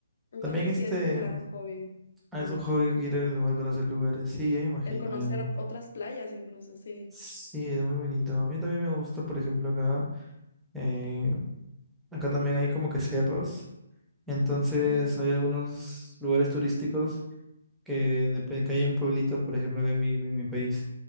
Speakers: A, on the left; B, in the centre.
A: entonces
B: También este,
A: sí es un gran hobby
B: ah,
A: el,
B: es un hobby ir a un lugar, conocer lugares. Sí, ya me imagino,
A: el conocer
B: ya.
A: otras playas incluso, sí.
B: Sí, es muy bonito. A mí también me gusta, por ejemplo, acá, eh, acá también hay como que cerros. Entonces
A: Mm.
B: hay algunos lugares turísticos que, dep- que hay en pueblitos, por ejemplo, acá en mi, en mi país.